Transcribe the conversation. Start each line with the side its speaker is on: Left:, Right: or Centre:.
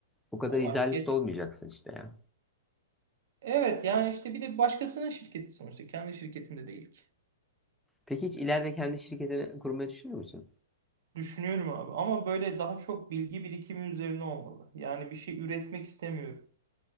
Centre: bu kadar
Right: Yani
Centre: idealist
Right: artık
Centre: olmayacaksın işte ya.
Right: Evet yani işte bir de başkasının şirketi sonuçta kendi şirketinde değil ki.
Centre: Peki hiç ileride kendi şirketini kurmayı düşünüyor musun?
Right: Düşünüyorum abi ama böyle daha çok bilgi birikimi üzerine olmalı. Yani bir şey üretmek istemiyorum.